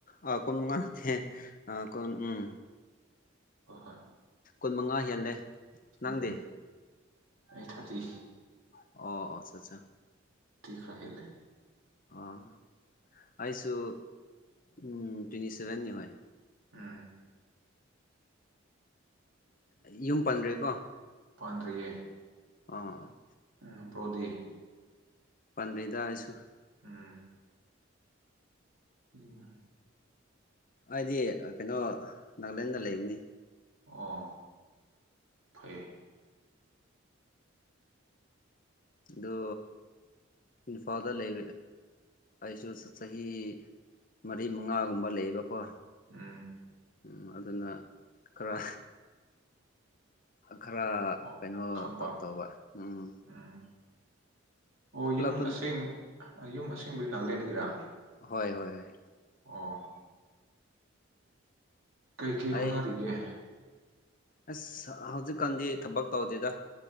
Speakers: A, on the left; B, on the right.
A: ꯑ ꯀꯨꯟ ꯃꯉꯥ ꯑ ꯀꯟ ꯎꯝ
B: ꯍ ꯍꯣꯏ
A: ꯀꯨꯟ ꯃꯉꯥ ꯍꯦꯜꯂꯦ ꯅꯪꯗꯤ
B: ꯎꯝ ꯑꯩ ꯊꯗꯤ
A: ꯑꯣ ꯑꯆꯥ ꯑꯆꯥ
B: ꯈꯔ ꯍꯦꯜꯂꯦ
A: ꯑꯣ ꯑꯩꯁꯨ ꯎꯝ ꯇ꯭ꯋꯦꯟꯇꯤ ꯁꯦꯚꯦꯟꯅꯤ ꯍꯣꯏ
B: ꯎꯝ
A: ꯌꯨꯝ ꯄꯟ꯭ꯔꯦꯀꯣ
B: ꯄꯗꯌꯦꯦ
A: ꯑ
B: ꯑꯝꯝꯕ꯭ꯔꯣꯗꯤ
A: ꯄꯟꯗ꯭ꯔꯦꯗ ꯍꯥꯏꯁꯨ
B: ꯎꯝ ꯀꯃ
A: ꯑꯩꯗꯤ ꯀꯩꯅꯣ ꯅꯥꯒꯥꯂꯦꯟꯗ ꯂꯩꯕꯅꯤ
B: ꯑꯣ ꯐꯩ
A: ꯑꯗ ꯏꯝꯐꯥꯜꯗ ꯂꯩ ꯑꯁꯨꯁ ꯆꯍꯤꯍꯤ ꯃꯔꯤ ꯃꯉꯥꯒꯨꯝꯕ ꯂꯩꯕꯀꯣ
B: ꯎꯝ
A: ꯎꯝ ꯑꯗꯨꯅ ꯈꯔ ꯈꯔ
B: ꯑꯣ
A: ꯀꯩꯅꯣ
B: ꯈꯪꯕ
A: ꯇꯧꯕ ꯎꯝ
B: ꯎꯝ ꯑꯣ
A: ꯄꯨꯂꯞꯇꯨ
B: ꯌꯨꯝ ꯑꯁꯦꯡ ꯌꯨꯝ ꯑꯁꯦꯡꯗꯨꯗꯤ ꯅꯥꯒꯂꯦꯟ ꯗꯒꯤꯔꯥ
A: ꯍꯣꯏ ꯍꯣꯏ ꯍꯣꯏ
B: ꯑꯣ ꯀꯩ ꯀꯩ
A: ꯑꯩ
B: ꯍꯣꯠꯅꯔꯤꯒꯦ
A: ꯑꯁ ꯍꯧꯖꯤꯛꯀꯥꯟꯗꯤ ꯊꯕꯛ ꯇꯧꯗꯦꯗ